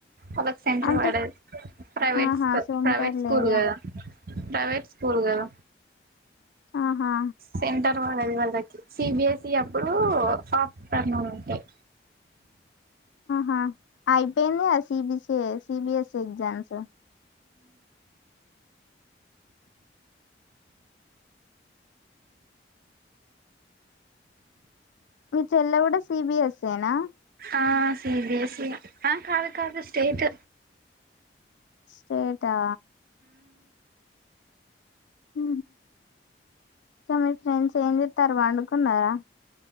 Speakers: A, on the right; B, on the left.
A: వాళకి సెంటర్
B: అంటే
A: పడది ప్రైవేట్కూ
B: ఆహా సెంటర్
A: ప్రైవేట్ స్కూల్
B: లేదా
A: కదా ప్రైవేట్ స్కూల్గాద
B: ఆహా
A: సెంటర్ వాళ్ళది వాళ్ళకి సిబిఎస్ఈ అప్పుడు పాపు కర్ణలు ఉంటాయి
B: హా ఆఐపి సబస సిీబిఎస్ ఎజామ్స్ మీ చెల్ల కూడా కూడా సిబిఎస్ఏేనా
A: ఆ సిబిఎస్ఈ బం కా అదు కాదు స్టేట్
B: స్టేటా హ సో మీ ఫ్రెండ్స్ ఏం చెతారు వండుకున్నారా